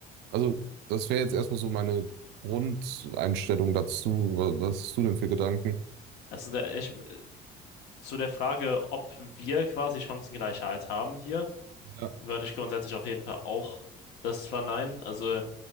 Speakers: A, on the right; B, on the left.
A: Also, das wäre jetzt erstmal so meine Grundeinstellung dazu. Wa- Was hast du denn für Gedanken?
B: Also der, ich, zu der Frage, ob wir quasi Chancengleichheit haben hier.
A: Ja,
B: würde ich grundsätzlich auf jeden Fall auch das verneinen. Also